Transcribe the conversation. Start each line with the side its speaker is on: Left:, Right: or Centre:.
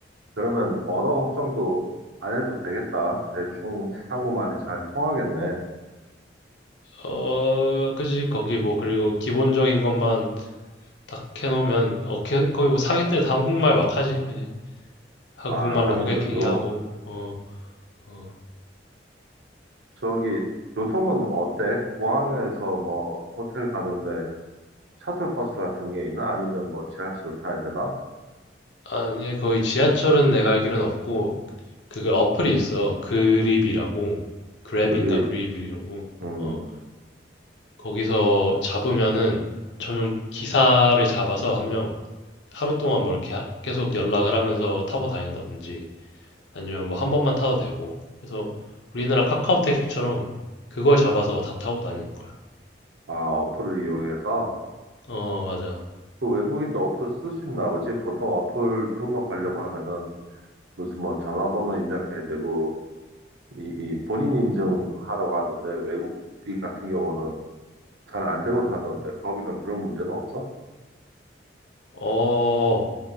Right: 그러면 언어 걱정도 안 해도 되겠다. 대충 한국말이 잘 통하겠네.
Left: 어, 그지? 거기 뭐, 그리고 기본적인 것만 딱 해놓으면, 어, 개- 거의 뭐 상인들 다 한국말 막 하지, 그지? 한국말로
Right: 아, 상인들도.
Left: 호객행위하고, 어, 어.
Right: 저기, 교통은 어때? 공항에서 뭐, 호텔 가는데 셔틀버스 같은 게 있나? 아니면 뭐, 지하철 타야 되나?
Left: 아니, 거의 지하철은 내가 알기로는 없고, 그 그 어플이 있어. 그립이라고. 그랩인가
Right: 그들이,
Left: 그립이라고.
Right: 음,
Left: 어, 거기서 잡으면은 전용 기사를 잡아서 한 명, 하루 동안 뭐 이렇게 하 계속 연락을 하면서 타고 다닌다든지 아니면 뭐 한 번만 타도 되고 그래서 우리나라 카카오 택시처럼 그걸 잡아서 다 타고 다니는 거야.
Right: 아, 어플을 이용해서,
Left: 어 맞아.
Right: 그 외국인도 어플 쓸 수 있나 보지? 보통 어플 등록하려고 하면은, 무슨 뭐, 전화번호 입력해야 되고, 이, 이 본인 인증하라고 하던데, 외국인 같은 경우는 잘 안 되곤 하던데, 거기는 그런 문제는 없어?
Left: 어